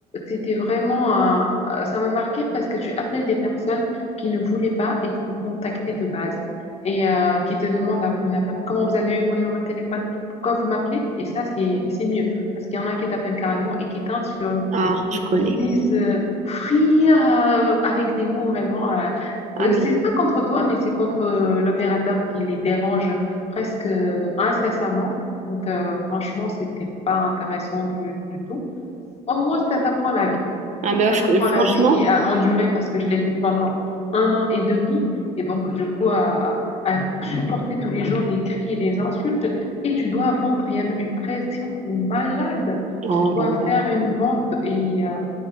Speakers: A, on the left (about 40°); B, on the right (about 45°).
A: c'était vraiment, euh, euh, ça m'a marqué parce que tu appelles des personnes qui ne voulaient pas être contactées de base et euh, qui te demandent à la première part, comment vous avez eu mon numéro de téléphone, pourquoi vous m'appelez? Et ça, c'est, c'est mieux parce qu'il y en a qui t'appellent carrément et qui t'insultent,
B: Ah, je
A: qui,
B: connais.
A: qui disent euh, Free, euh, avec des mots vraiment. euh,
B: Ah, mais.
A: c'est pas contre toi, mais c'est contre euh, l'opérateur qui les dérange presque euh, incessamment. Donc, euh, franchement, c'était pas intéressant du, du tout. Au moins, ça t'apprend la vie. D'accord?
B: Ah, ben,
A: Ça
B: je
A: t'apprend
B: connais. Franchement.
A: la vie et à endurer parce que je l'ai fait pendant un an et demi. Et donc, du coup, à, à supporter tous les jours des cris et des insultes. Et tu dois vendre. Il y avait une pression de malade.
B: Oh
A: Tu dois
B: là là.
A: faire une vente. Et euh,